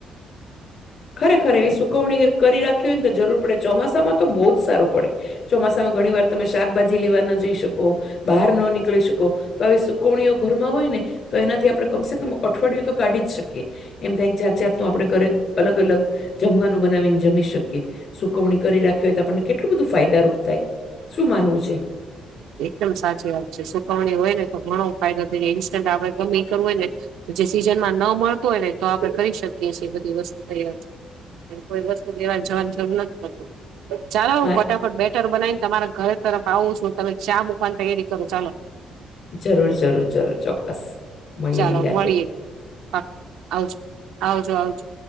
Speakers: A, on the left; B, on the right.
A: ખરેખર એવી સુકવણી કરી રાખી હોય ને તો જરૂર પડે ચોમાસામાં તો બહુ જ સારું પડે ચોમાસામાં ઘણી વાર તમે શાકભાજી લેવા ન જઈ શકો બહાર ન નીકળી શકો તો આવી સુકવણીઓ ઘરમાં હોય ને તો એનાથી આપડણે કમસે કમ અઠવાડિયું તો કાઢી જ શકીએ એમ તો એક જાત જાતનું આપણે ઘરે અલગ અલગ જમવાનું બનાવીને જમી શકીએ સુકવણી કરી રાખી હોય તો આપણને કેટલું બધું ફાયદારૂપ થાય શું માનવું છે?
B: એકદમ સાચી વાત છે સુકવણી હોય ને તો ઘણો ફાયદો થઈ જાય ઇન્સ્ટન્ટ આપડે ગમે ઈ કરવું હોય ને જે સિઝન માં ન મળતો હોય ને તો આપડે કરી શકીએ છીએ બધી વસ્તુ તૈયાર કોઈ વસ્તુ લેવા જવાની જરૂર નથી પડતી. ચાલો હું
A: મા-
B: ફટાફટ બેટર બનાવીને તમારા ઘર તરફ આવું છું તમે ચા મૂકવાની તૈયારી કરો ચાલો.
A: જરૂર જરૂર જરૂર ચોક્કસ. મળીએ
B: ચાલો
A: ની રાતે
B: મળીએ પાક્કુ આવજો આવજો આવજો.